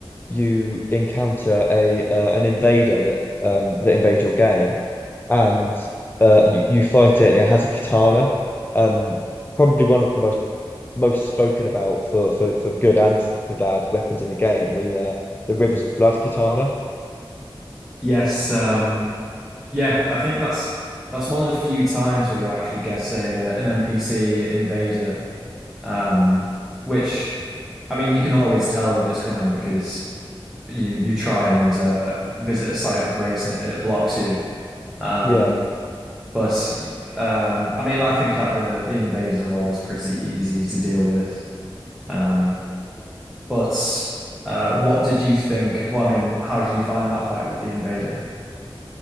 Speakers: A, on the left; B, in the centre.
A: you encounter a uh, an invader that um that invades your game, and uh, you, you fight it, and it has a katana, um, probably one of the most most spoken about for for for good and for bad weapons in the game, the uh, the Rivers of Blood katana.
B: Yes, um, yeah, I think that's that's one of the few times where you actually get a uh, an NPC invader, um, which I mean you can always tell when it's coming because you you try and uh, visit a site of grace and it, and it blocks you. Um,
A: Yeah,
B: But um, I mean, I think that the the invaders are always pretty easy to deal with. Um, but uh, what did you think? Well, I mean, how did you find that fight with the invader?